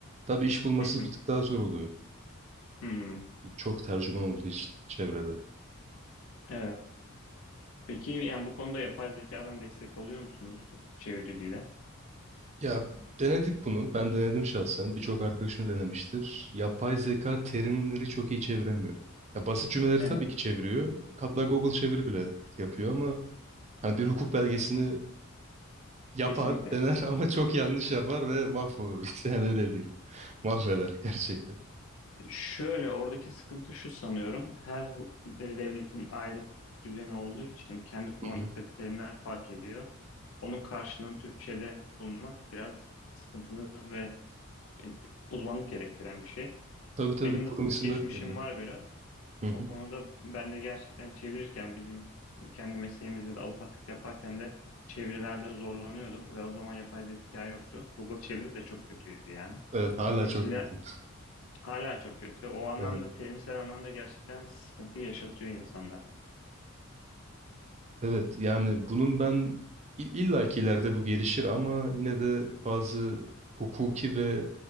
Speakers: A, on the right; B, on the left.
A: Tabii iş bulması
B: Hı hı.
A: bir tık daha zor oluyor.
B: Hı.
A: Çok tercüman olduğu için çevrede.
B: Evet. Peki yani bu konuda yapay zekadan destek alıyor musunuz çeviriyle?
A: Ya denedik bunu. Ben denedim şahsen. Birçok arkadaşım denemiştir. Yapay zeka terimleri çok iyi çeviremiyor. Ya basit cümleleri
B: Evet,
A: tabii ki çeviriyor. Hatta Google çeviri bile yapıyor ama hani bir hukuk belgesini yapar,
B: kesinlikle.
A: dener <laughs> ama çok yanlış yapar ve mahvolur. <laughs> Yani öyle değil. Mahveder gerçekten.
B: Şöyle oradaki sıkıntı şu sanıyorum. Her hu- de- devletin ayrı hukuk düzeni olduğu için kendi kullandıkları
A: Hı hı.
B: terimler fark ediyor. Onun karşılığını Türkçe'de bulmak biraz sıkıntılı ve e, uzmanlık gerektiren bir şey.
A: Tabii tabii
B: Benim
A: kurum
B: de hukuk
A: isimleri
B: geçmişim
A: de
B: var biraz.
A: Hı hı.
B: O konuda ben de gerçekten çevirirken bizim kendi mesleğimizde de avukatlık yaparken de çevirilerde zorlanıyordum ve o zaman yapay zeka yoktu. Google çeviri de çok kötüydü yani.
A: Evet hala
B: Dolayısıyla
A: çok kötü.
B: Hala çok kötü. O anlamda
A: Evet.
B: terimsel anlamda gerçekten sıkıntı yaşatıyor insanlar.
A: Evet yani bunun ben il- illa ki ileride bu gelişir ama yine de bazı hukuki ve